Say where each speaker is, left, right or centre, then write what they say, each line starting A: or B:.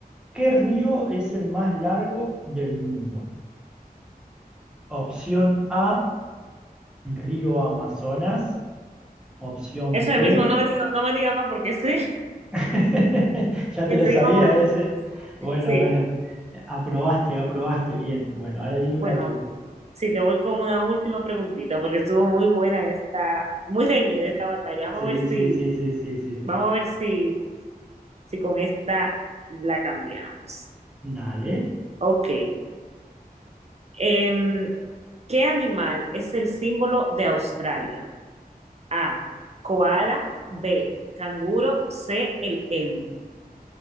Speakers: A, in the centre; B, on the right.
A: ¿qué río es el más largo del mundo? Opción A, río Amazonas. Opción
B: Eso es
A: B,
B: el mismo, no me diga, no me diga más porque sí.
A: <laughs>
B: <laughs>
A: ya
B: el
A: te lo
B: río
A: sabías
B: Amazonas.
A: ese. Bueno,
B: Sí.
A: bueno, aprobaste, aprobaste, bien. Bueno, ahora di
B: Bueno,
A: una tú.
B: sí, te voy con una última preguntita porque estuvo muy buena esta, muy reñida esta batalla. Vamos
A: Sí,
B: a ver si,
A: sí, sí, sí, sí, sí, sí.
B: vamos a ver si, si con esta la cambiamos.
A: Dale.
B: Ok. Em, ¿qué animal es el símbolo de Australia? A, koala, B, canguro, C, el emu.